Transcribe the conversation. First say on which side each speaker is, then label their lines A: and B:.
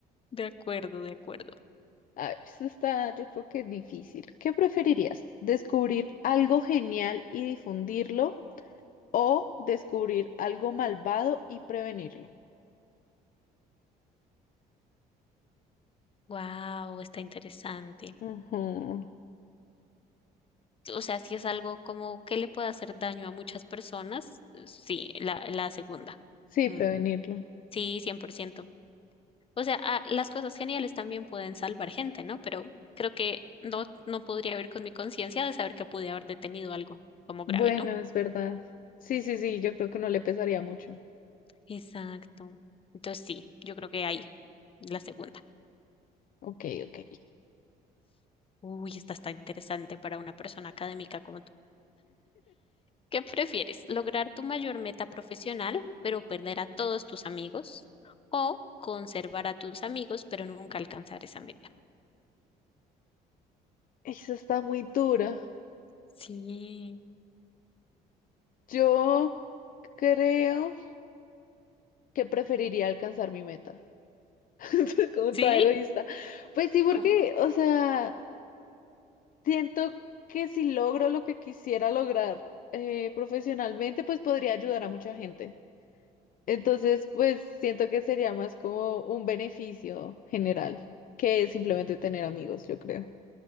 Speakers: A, on the left; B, on the left.
A: De acuerdo, de acuerdo.
B: Ah, eso está, yo creo que difícil. ¿Qué preferirías? ¿Descubrir algo genial y difundirlo o descubrir algo malvado y prevenirlo?
A: Wow, está interesante.
B: Ujú.
A: O sea, si es algo como que le puede hacer daño a muchas personas, sí, la, la segunda.
B: Sí,
A: Mm,
B: prevenirlo.
A: Sí, 100%. O sea, ah, las cosas geniales también pueden salvar gente, ¿no? Pero creo que no, no podría vivir con mi conciencia de saber que pude haber detenido algo como grave,
B: Bueno,
A: ¿no?
B: es verdad. Sí, sí, sí, yo creo que no le pesaría mucho.
A: Exacto. Entonces sí, yo creo que ahí, la segunda.
B: Ok, ok.
A: Uy, esta está interesante para una persona académica como tú. ¿Qué prefieres? ¿Lograr tu mayor meta profesional, pero perder a todos tus amigos? ¿O conservar a tus amigos, pero nunca alcanzar esa meta?
B: Eso está muy dura.
A: Sí.
B: Yo creo que preferiría alcanzar mi meta. <laughs> Como
A: ¿Sí?
B: toda egoísta. Pues sí, porque,
A: ¿Cómo?
B: o sea, Siento que si logro lo que quisiera lograr eh, profesionalmente, pues podría ayudar a mucha gente. Entonces, pues siento que sería más como un beneficio general que simplemente tener amigos, yo creo.